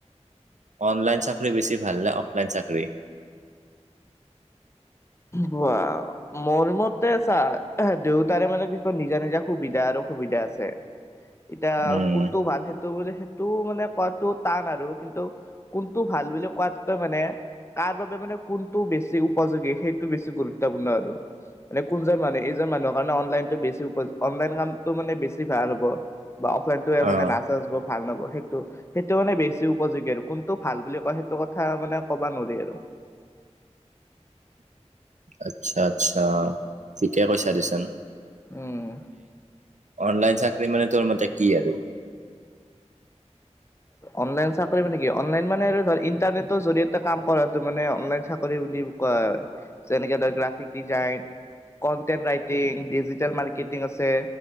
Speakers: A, on the right (about 85°); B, on the left (about 25°).
A: অনলাইন চাকৰি বেছি ভাল না অফলাইন চাকৰি। <inaudible>
B: বোৱা মোৰ মতে চা দেউতাৰে মানে কিছুমান নিজা নিজা সুবিধা। অসুবিধা আছে।
A: <inaudible>
B: এতিয়া,
A: উম
B: কোনটো ভাল সেইটো বুলি, সেই। টো মানে কোৱাাতটো টান আৰু কিন্তু, কোনটো ভাল বুলি কোৱাতকৈ মানে। তাৰ বাবে মানে কোনটো বেছি উপযোগী সেইটো বেছি গুৰুত্বপূৰ্ণ আৰু মানে কোনজন মানুহে এইজন মানুহৰ কাৰণে অনলাইনতো বেছি অনলাইন কামটো মানে বেছি ভাল হ'ব বা অফলাইনতো এই কাৰণে
A: অ',
B: নাচ চা বোৰ ভাল নবয়। সেইটো সেইটো মানে বেছি উপযোগী আৰু কোনটো ভাল বুলি কয় সেইটো কথা মানে ক'বা নোৱাৰি আৰু
A: <inaudible> আচ্ছা আচ্ছা ঠিকে কৈছালিচন
B: উম'।
A: অনলাইন চাকৰি মানে, তোৰ মতে কি আৰু।
B: অনলাইন চাকৰি মানে কি অনলাইন মানে ধ ইণ্টাৰনেটৰ জৰিয়তে কাম কৰাটো মানে অনলাইন চাকৰি ক হয় যেনেকে ধৰ graphic design. Content writing digital marketing আছে